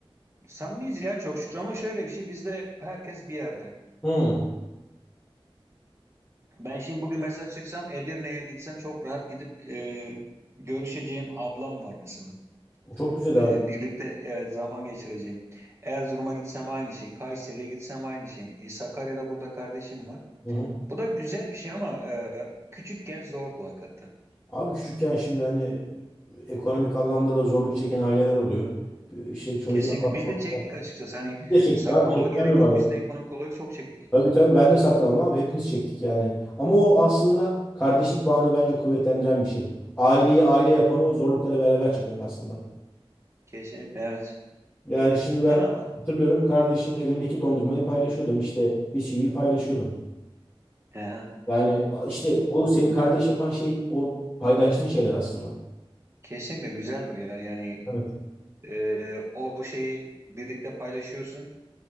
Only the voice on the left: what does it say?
Hı.
Çok güzel
abi.
Hı hı.
Abi küçükken şimdi hani ekonomik anlamda da zorluk çeken aileler oluyor. İşte çocuğa
bakmak.
Bir de çektik
abi çekten
mi var
ya?
Tabii tabii ben de saklamam abi hepimiz çektik yani. Ama o aslında kardeşlik bağını bence kuvvetlendiren bir şey. Aileyi aile yapan o zorlukları beraber çekmek aslında.
Yani şimdi ben
hatırlıyorum kardeşimle elimdeki dondurmayı paylaşıyordum işte bisküviyi paylaşıyordum.
Yani işte o seni kardeş yapan şey o paylaştığın şeyler aslında.
Evet.